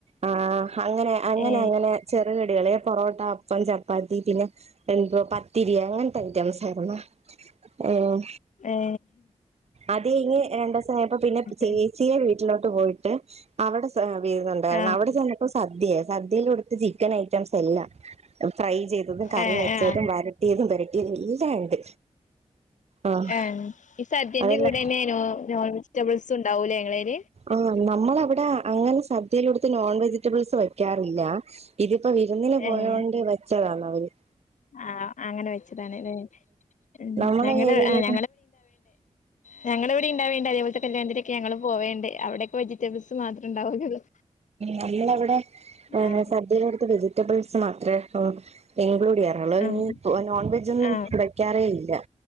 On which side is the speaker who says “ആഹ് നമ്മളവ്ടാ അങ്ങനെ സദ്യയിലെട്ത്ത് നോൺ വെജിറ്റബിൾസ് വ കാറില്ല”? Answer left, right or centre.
Right